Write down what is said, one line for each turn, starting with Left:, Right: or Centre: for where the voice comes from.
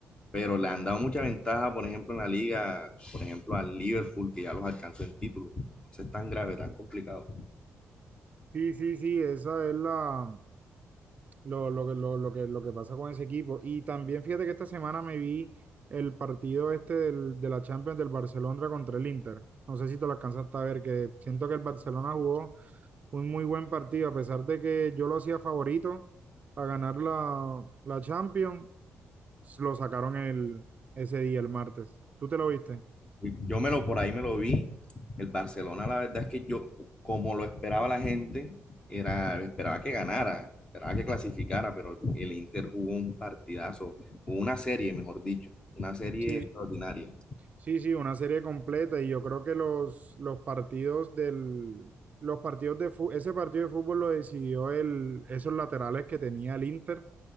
Left: pero le han dado mucha ventaja, por ejemplo, en la liga, por ejemplo, al Liverpool, que ya los alcanzó en título. Entonces, tan grave, tan complicado.
Right: Sí, sí, sí, esa es la, lo, lo, que- lo, lo que, lo que pasa con ese equipo. Y también fíjate que esta semana me vi el partido este del- de la Champions del Barcelona contra el Inter. No sé si te lo alcanzaste a ver, que siento que el Barcelona jugó un muy buen partido, a pesar de que yo lo hacía favorito a ganar la, la Champions, lo sacaron el, ese día, el martes. ¿Tú te lo viste?
Left: Yo me lo por ahí me lo vi. El Barcelona, la verdad es que yo, como lo esperaba la gente, era, esperaba que ganara, esperaba que clasificara, pero el Inter jugó un partidazo, jugó una serie, mejor dicho, una serie
Right: Sí,
Left: extraordinaria.
Right: Sí, sí, una serie completa y yo creo que los, los partidos del, los partidos de fu- ese partido de fútbol lo decidió el, esos laterales que tenía el Inter.